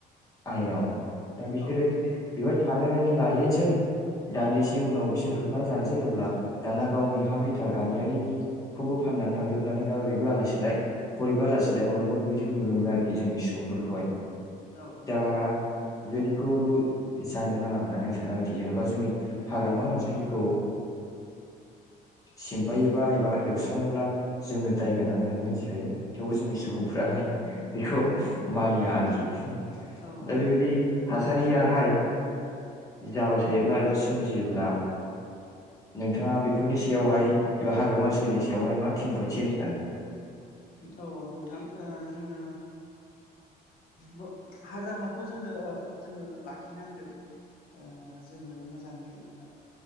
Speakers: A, on the left (about 20°); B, on the left (about 60°).
A: आयेनाव
B: औ
A: दा बि
B: औ
A: सोरो
B: बेरेखा
A: बेवहाय थानो लायैनसै दान्दिसे उनाव बिसोर होखारजानोसै अब्ला दाना गावनि हा बिथा गामियारिनिखौबो फाननानै थांजोबनानै दा ओरैबो आलाय सिलाय हरैबो आलाय सिलाय माब्लाबा बेबायदिखौ नुनो मोनो आरोखि जोंनि सुबुंफोरखौहाय।
B: औ नंगौ
A: दा बिबायदि खौ जानो नाङा होननानै आं सानो आरोखि। जेन बा जोंनि हाग्रामा
B: नंगौ
A: ओनसोलखौ सिमफायोबा एबा एवस्राङोब्ला जोंनो दाय गोनां होननानै मिथिखायो। थेवबो जोंनि सुबुंफ्राहाय
B: नंगौ
A: बेखौ मानिया आरोखि।
B: औ
A: दा
B: औ
A: बेबायदि
B: गोबांफ्रानो
A: थासारियाहाय जाबाय थायोब्ला एबा सोमजियोब्ला नोंथाङा बेफोरनि सायावहाय एबा हाग्रामा ओनसोलनि सा यावहाय मा खेंफुरथि होनो सानो?
B: औ नोंथां ओ जोंनो मो हाग्रामाखौ जोंनो ओ जोङो लाखिनांगोन‌। ओ जोङो मोजाङै ओ